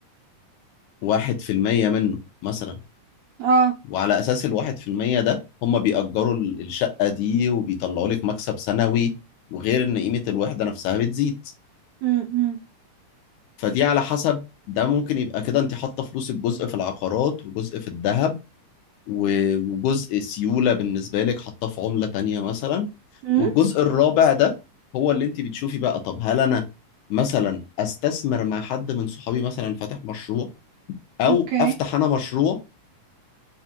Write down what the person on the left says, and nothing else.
واحد في المية منه مثلا
وعلى أساس الواحد في المية ده هم بيأجروا ال- الشقة دي وبيطلعوا لك مكسب سنوي وغير إن قيمة الوحدة نفسها بتزيد
فدي على حسب ده ممكن يبقى كده أنت حاطة فلوسك جزء في العقارات وجزء في الذهب و- وجزء سيولة بالنسبة لك حاطاه في عملة تانية مثلا
والجزء الرابع ده هو اللي أنت بتشوفي بقى طب هل أنا مثلا استثمر مع حد من صحابي مثلا فاتح مشروع او
افتح انا مشروع